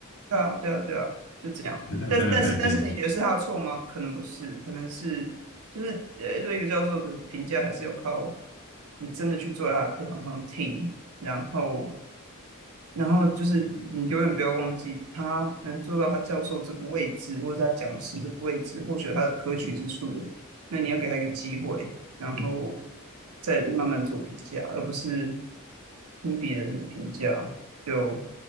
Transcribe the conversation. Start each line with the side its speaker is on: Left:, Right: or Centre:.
Right: 对啊，对啊，对啊，就这样。
Left: 时代真的在变。
Right: 但是但是但是，你觉得是他的错吗？可能不是，可能是就是呃，对一个教授的评价还是要靠你真的去坐在他的课堂上听，然后然后就是你永远不要忘记，他能做到他教授这个位置，或者他讲师这个位置，或许他的可取之处，那你要给他一个机会，然后再慢慢做评价，而不是听别人的评价。就